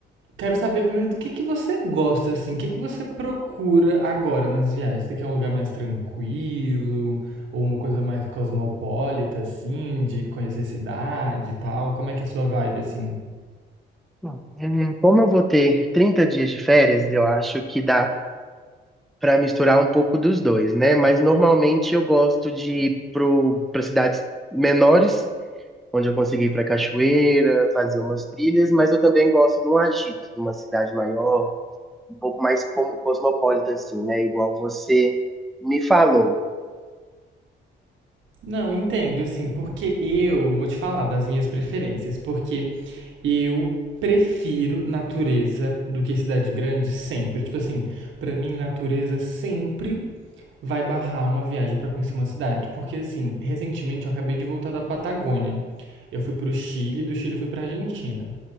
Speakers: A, on the right; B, in the centre.
A: Quero saber primeiro do que que você gosta, assim, o que que você procura agora nas viagens? Você quer um lugar mais tranquilo ou uma coisa mais cosmopolita, assim, de conhecer cidade e tal? Como é que é a sua vibe, assim?
B: Bom, é, Como eu vou ter 30 dias de férias, eu acho que dá para misturar um pouco dos dois, né? Mas normalmente eu gosto de ir para cidades menores onde eu consegui ir para cachoeira, fazer umas trilhas, mas eu também gosto de um agito, de uma cidade maior, um pouco mais como cosmopolita, assim, né? Igual você me falou.
A: Não, entendo, assim, porque eu vou te falar das minhas preferências, porque eu prefiro natureza do que cidade grande sempre. Tipo assim, pra mim, natureza sempre vai barrar uma viagem para conhecer uma cidade. Porque, assim, recentemente eu acabei de voltar da Patagônia. Eu fui pro Chile, do Chile eu fui pra Argentina.